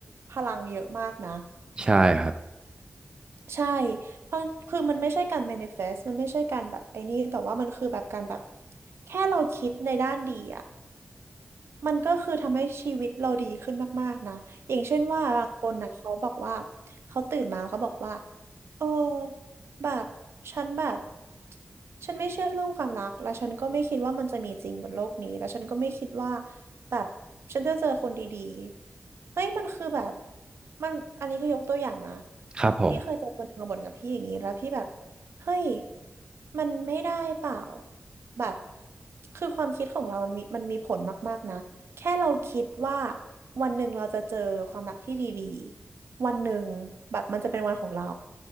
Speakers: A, on the right (about 85°); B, on the right (about 20°).
A: พลังเยอะมากนะ
B: ใช่ครับ
A: ใช่เพราะคือมันไม่ใช่การ manifest มันไม่ใช่การแบบไอ้นี่แต่ว่ามันคือแบบการแบบแค่เราคิดในด้านดีอะ มันก็คือทำให้ชีวิตเราดีขึ้นมากๆนะอย่างเช่นว่าบางคนนะเขาบอกว่าเขาตื่นมาเขาบอกว่าโอ้แบบฉันแบบฉันไม่เชื่อเรื่องความรักและฉันก็ไม่คิดว่ามันจะมีจริงบนโลกนี้และฉันก็ไม่คิดว่าแบบฉันจะเจอคนดีๆเฮ้ยมันคือแบบมันอันนี้คือยกตัวอย่างนะ
B: ครับผม
A: พี่เคยเจอคนหนึ่งมาบ่นกับพี่อย่างนี้แล้วพี่แบบเฮ้ยมันไม่ได้เปล่าแบบคือความคิดของเรามันมีมันมีผลมากๆนะ แค่เราคิดว่าวันหนึ่งเราจะเจอความรักที่ดีๆวันหนึ่งแบบมันจะเป็นวันของเรา